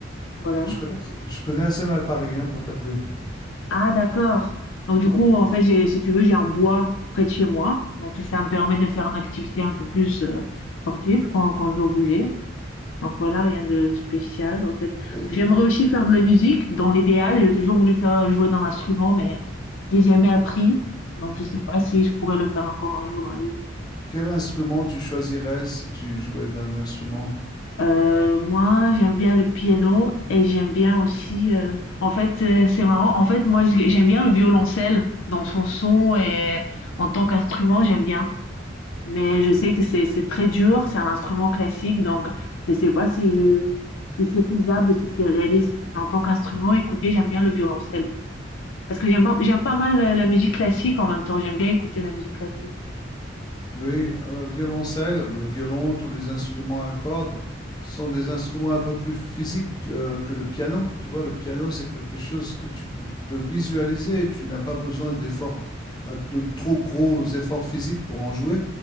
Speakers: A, on the left (about 80°); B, on the left (about 20°).
A: Voilà.
B: Je connais, tr- je connais assez mal Paris, hein, pour t'avouer.
A: Ah, d'accord. Donc, du coup, en fait, j'ai, si tu veux, j'ai un bois près de chez moi. Donc, ça me permet de faire une activité un peu plus euh, sportive quand, quand je dois bouger. Donc voilà, rien de spécial en fait.
B: Et
A: J'aimerais aussi faire de la musique, dans l'idéal. J'ai toujours voulu faire jouer d'un instrument, mais j'ai jamais appris. Donc je sais pas si je pourrais le faire encore un jour dans la vie.
B: quel instrument tu choisirais si tu jouais d'un instrument?
A: Euh, moi, j'aime bien le piano et j'aime bien aussi. euh, en fait, c'est c'est marrant. En fait, moi, j'ai- j'aime bien le violoncelle dans son son et en tant qu'instrument, j'aime bien. Mais je sais que c'est c'est très dur, c'est un instrument classique, donc je ne sais pas si je si c'est faisable, si c'est réaliste. Mais en tant qu'instrument, écoutez, j'aime bien le violoncelle. Parce que j'aime pas, j'aime pas mal la la musique classique en même temps, j'aime bien écouter la musique classique.
B: Oui, euh, violoncelle, le violon, tous les instruments à cordes sont des instruments un peu plus physiques euh, que le piano. Tu vois, le piano, c'est quelque chose que tu peux visualiser. Tu n'as pas besoin d'efforts, euh, de trop gros efforts physiques pour en jouer.